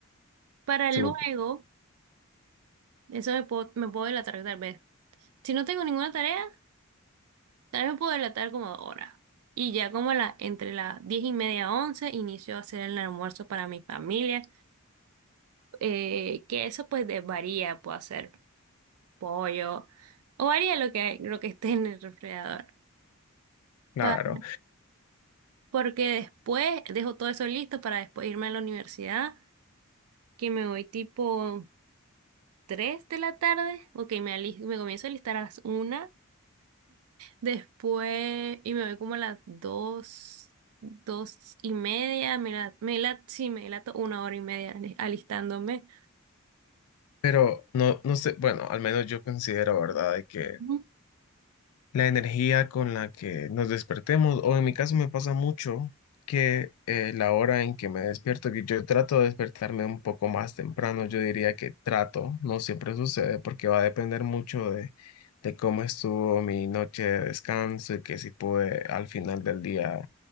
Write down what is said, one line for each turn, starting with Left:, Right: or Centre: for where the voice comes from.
Right: Para luego,
Left: Súper,
Right: eso me puedo, me puedo delatar tal vez. Si no tengo ninguna tarea, tal vez me puedo delatar como ahora. Y ya como a la, entre las diez y media once inicio a hacer el almuerzo para mi familia, eh, que eso pues de- varía, puedo hacer. pollo o haría lo que, lo que esté en el refrigerador.
Left: claro.
Right: Para, porque después dejo todo eso listo para después irme a la universidad, que me voy tipo 3 de la tarde, ok, me, ali- me comienzo a listar a las una después y me voy como a las dos dos y media, me la, me la, sí, me la to- una hora y media ali- alistándome.
Left: Pero no, no sé, bueno, al menos yo considero, ¿verdad?, de que
Right: Ujú.
Left: la energía con la que nos despertemos, o en mi caso me pasa mucho que eh, la hora en que me despierto, que yo trato de despertarme un poco más temprano, yo diría que trato, no siempre sucede porque va a depender mucho de, de cómo estuvo mi noche de descanso y que si pude al final del día